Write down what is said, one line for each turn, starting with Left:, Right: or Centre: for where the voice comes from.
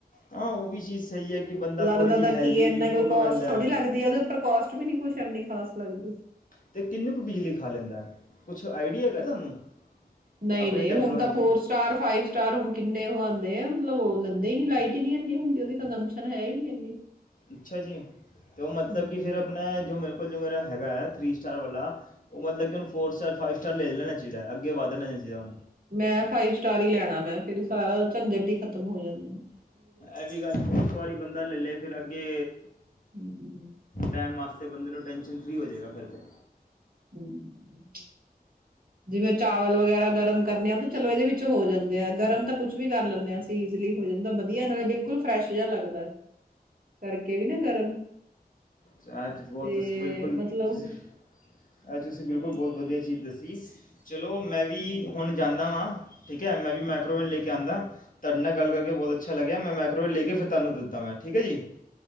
Left: ਹਾਂ ਉਹ ਵੀ ਚੀਜ਼ ਸਹੀ ਹੈ ਕਿ ਬੰਦਾ
Right: ਲੱਗਦਾ
Left: ਥੋੜੀ ਜੀ
Right: ਤਾਂ
Left: ਹੈਲਦੀ
Right: ਕੀ ਇਨਾ
Left: ਵੀ
Right: ਕੋਈ
Left: ਫੂਡ
Right: ਕੋਸਟ
Left: ਹੋ ਜਾਂਦਾ
Right: ਥੋੜੀ ਲੱਗਦੀ ਹੈ ਉਹਦੇ ਉੱਪਰ ਕੋਸਟ ਵੀ ਨੀ ਕੁਛ ਇਨੀ। ਖਸ <inaudible> <unintelligible>
Left: ਅਤੇ ਕਿੰਨੀ ਕੁ ਬਿਜਲੀ ਖਾ ਲੈਂਦਾ ਹੈ। ਕੁਛ ਆਈਡੀਆ ਹੈਗਾ ਤੁਹਾਨੂੰ?
Right: ਨਹੀਂ
Left: ਆਪਣੀ
Right: ਨਹੀਂ
Left: technology
Right: ਹੁਣ ਤਾਂ four star, five star ਹੁਣ ਕਿੰਨੇ ਉਹ ਆਉਂਦੇ ਆ ਮਤਲਬ ਲੈਂਦੇ ਹੀ ਨੀ ਲਾਈਟ ਹੀ ਨੀ ਇੰਨੀ ਹੁੰਦੀ ਉਹਦੀ ਕੰਜਮਪਸ਼ਨ ਹੈ ਹੀ ਨੀ ਇੰਨੀ।
Left: ਅੱਛਾ ਜੀ ਤਾਂ ਮਤਲਬ
Right: ਹਮ
Left: ਕਿ ਫਿਰ ਆਪਣਾ ਜੋ ਮੇ ਲ ਜੋ ਮੇਰਾ ਹੈਗਾ ਹੈ ਥਰੀ ਸਟਾਰ ਵਾਲਾ ਉਹ ਮਤਲਬ ਕਿਨ ਫੋਰ ਸਟਾਰ, ਫਾਈਵ ਸਟਾਰ ਲੈ ਲੈਣਾ ਚਾਹੀਦਾ ਹੈ। ਅੱਗੇ ਵਧ ਲੈਣਾ ਚਾਹੀਦਾ ਹੁਣ
Right: ਮੈਂ ਫਾਈਵ ਸਟਾਰ ਹੀ ਲੈਣਾ ਮੈਂ ਫੇਿਰ ਸਾਰਾ ਝੰਜਟ ਹੀ ਖਤਮ ਹੋ ਜਾਂਦੀ।
Left: ਐਵੀ ਗੱਲ ਇੱਕ ਵਾਰੀ ਬੰਦਾ ਲੈ ਲੈ ਫਿਰ ਅੱਗੇ
Right: ਹਮ
Left: ਟੈਮ ਮਾ ਬੰਦੇ ਨੂੰ ਟੈਂਸ਼ਨ ਫਰੀ ਹੋ ਜਾਵੇਗਾ ਫਿਰ ਤਾਂ।
Right: <inaudible> ਜਿਵੇਂ ਚਾਵਲ ਵਗੈਰਾ ਗਰਮ ਕਰਨੇ ਆ ਤੇ ਚਲੋ ਇਹਦੇ ਵਿੱਚ ਹੋ ਜਾਂਦੇ ਆ ਗਰਮ ਤਾਂ ਕੁਛ ਵੀ ਕਰ ਲੈਂਦੇ ਹਾਂ ਅਸੀਂ ਈਜ਼ਲੀ ਹੋ ਜਾਂਦਾ ਵਧੀਆ ਨਾਲੇ ਬਿਲਕੁਲ ਫਰੈਸ਼ ਜਿਹਾ ਲੱਗਦਾ, ਕਰਕੇ ਵੀ ਨਾ ਗਰਮ।
Left: ਚਾਹ ਫੁਟਬਲ
Right: ਤੇ
Left: <unintelligible> ਤੁਸੀ ਬਿਲਕੁਲ
Right: ਮਤਲਬ
Left: ਤੁਸੀ ਅ ਤੁਸੀਂ ਬਿਲਕੁਲ ਬਹੁਤ ਵਧੀਆ ਚੀਜ਼ ਦੱਸੀ ਚਲੋ ਮੈਂ ਵੀ
Right: ਹਮ,
Left: ਹੁਣ ਜਾਂਦਾ ਵਾਂ। ਠੀਕ ਹੈ ਮੈਂ ਵੀ ਮਾਈਕਰੋਵੇਵ ਲੈ ਕੇ ਆਉਂਦਾ, ਤੁਹਾਡੇ ਨਾਲ ਗੱਲ ਕਰਕੇ ਬਹੁਤ ਅੱਛਾ ਲੱਗਿਆ। ਮੈਂ ਮਾਈਕਰੋਵੇਵ ਲੈ ਕੇ ਫਿਰ ਤੁਹਾਨੂੰ ਦੱਸਦਦਾ ਮੈਂ ਠੀਕ ਹੈ ਜੀ।